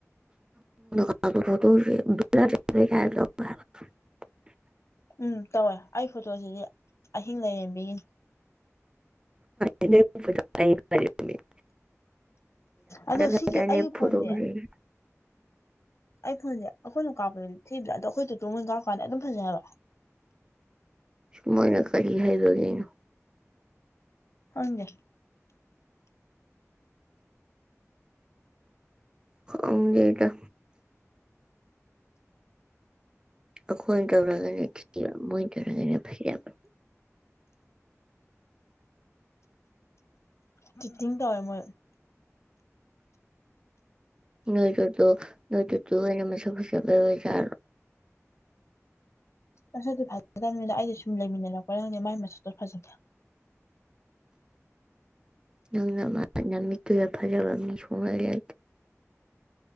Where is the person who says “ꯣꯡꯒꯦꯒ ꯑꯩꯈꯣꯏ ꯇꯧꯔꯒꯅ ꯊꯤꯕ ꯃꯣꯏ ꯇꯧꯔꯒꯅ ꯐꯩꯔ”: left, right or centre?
Right